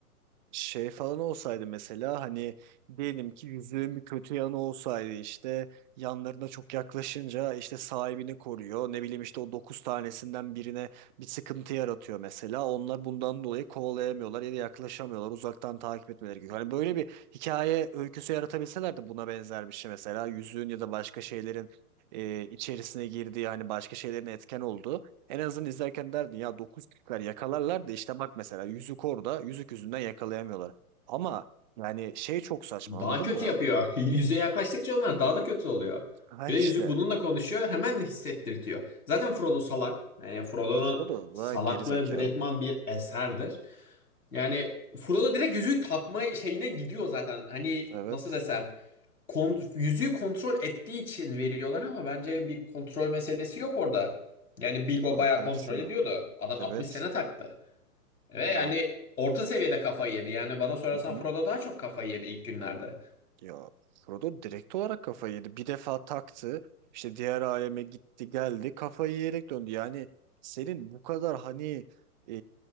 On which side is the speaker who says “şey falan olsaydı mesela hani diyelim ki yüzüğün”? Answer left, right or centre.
Right